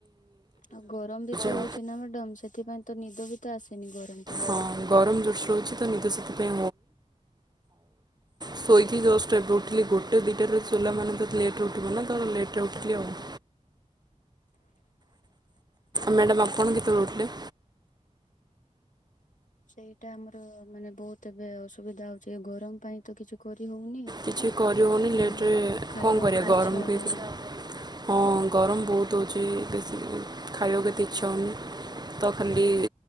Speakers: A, on the left; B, on the right.
A: ଆଉ ଗରମ ବି ତ
B: ଆଉ।
A: ହଉଚି ନା ମ୍ୟାଡ଼ାମ ସେଥିପାଇଁ ତ ନିଦ ବି ତ ଆସେନି ଗରମ ପାଇଁ।
B: ହଁ ଗରମ ଜୋରସେ ରହୁଛି ତ ନିଦ ସେଥିପାଇଁ ସୋଇକି ଜଷ୍ଟ୍ ଏବେ ଉଠିଲି ଗୋଟେ ଦିଇଟା ରେ ସୋଇଲା ମାନେ ତ ଲେଟ୍ରେ ଉଠିବ ନା ତ ମୁଁ ଲେଟ୍ରେ ଉଠିଲି ଆଉହ ମ୍ୟାଡ଼ାମ ଆପଣ କେତେବେଳେ ଉଠିଲେ।
A: ସେଇଟା ଆମର ମାନେ ବହୁତ ଏବେ ଅସୁବିଧା ହଉଛି ଗରମ ପାଇଁ ତ କିଛି କରି ହଉନି।
B: କିଛି କରିହଉନି
A: ଆଉ
B: ଲେଟ୍ରେ
A: ମାନେ ଖାଇବାକୁ
B: କଣ କରିବା ଗରମ୍
A: ଇଚ୍ଛା
B: ବି
A: ହୁଏନି
B: ହଉଚି। ହଁ ଗରମ ବହୁତ ହେଉଛି ବାଶ ଖାଇବାକୁ ଏତେ ଇଚ୍ଛା ହେଉନି ତ ଖାଲି